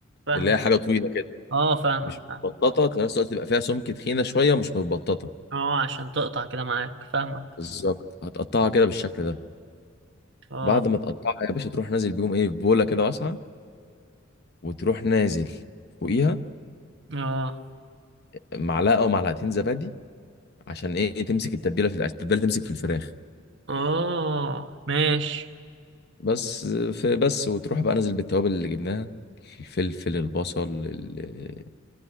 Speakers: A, on the right; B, on the left.
A: فاهمك
B: اللي هي حاجه طويله كده
A: اه فاهمك
B: مش
A: فاهمك
B: متبططه في نفس الوقت تبقى فيها سمك تخينه شويه مش متبططه
A: اه عشان تقطع كده معاك فاهمك
B: بالظبط هتقطعها كده بالشكل ده
A: اه
B: بعد ما تقطعها يا باشا تروح نازل بيهم ايه في بوله كده واسعه وتروح نازل فوقيها
A: اه
B: بمعلقه او معلقتين زبادي عشان ايه تمسك التتبيله في الأكل- التتبيله تمسك في الفراخ
A: اه ماشي
B: بس في بس وتروح بقى نازل بالتوابل اللي جبناها الفلفل البصل ال-